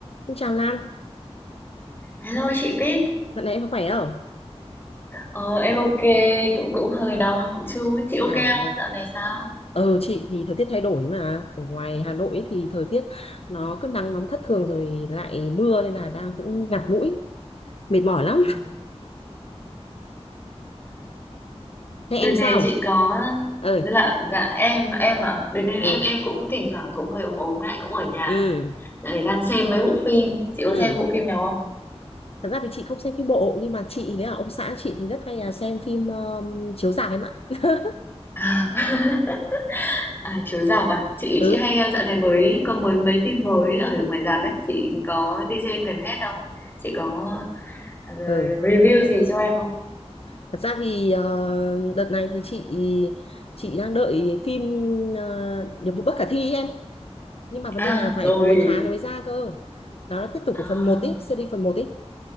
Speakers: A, on the left (about 60°); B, on the left (about 20°).
A: Xin Chào Lan,
B: Hello chị Bích,
A: dạo này em có khỏe không?
B: ờ, em ok, cũng cũng hơi đau họng chút. Chị ok
A: À,
B: không?
A: nha.
B: Dạo này sao?
A: ờ chị thì thời tiết thay đổi mà ở ngoài Hà Nội thì thời tiết nó cứ nắng nóng thất thường rồi lại mưa nên là đang cũng ngạt mũi mệt mỏi lắm.
B: Ừ.
A: Thế em
B: Đợt này
A: sao?
B: chị có
A: Ờ,
B: dạ dạ em em ạ. Đợt này
A: ừ,
B: em em cũng thỉnh thoảng cũng hơi ốm ốm lại cũng ở nhà.
A: ừ,
B: Dạo này đang xem mấy bộ phim. Chị có
A: ừ.
B: xem bộ phim nào không?
A: Thật ra thì chị không xem phim bộ nhưng mà chị với cả ông xã chị thì rất hay là xem phim ờ, chiếu rạp em ạ. <laughs>
B: À, <laughs> à chiếu rạp à? Chị
A: ừ
B: chị hay ờ, dạo này mới có mới mấy phim mới ở ngoài rạp đấy. Chị có đi xem gần hết không? Chị có ờ,
A: ừ
B: review gì cho em không?
A: thật ra thì ờ, đợt này thì chị chị đang đợi phim ờ, Nhiệm vụ bất khả thi ấy em nhưng mà vấn
B: À
A: đề là phải
B: rồi.
A: cuối tháng nó mới ra cơ đó là tiếp tục
B: À
A: của phần một ý series phần một ý